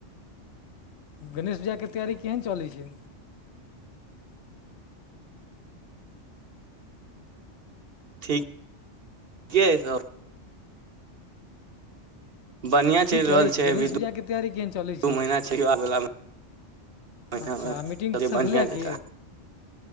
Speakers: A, on the left; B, on the right.
A: गणेश पूजा के तैयारी केहन चलै छै?
B: ठीक ठीके हइ सब। बढ़ियां
A: ठीक
B: चलि रहल
A: अछि
B: छै
A: गणेश
B: अभी
A: पूजाके तैयारी केहन चलै
B: दू
A: छै।
B: महीना आबैला महीनामे
A: अच्छा मीटिंगसभ
B: बढ़िआँ
A: भेलैए
B: जकाँ
A: कि?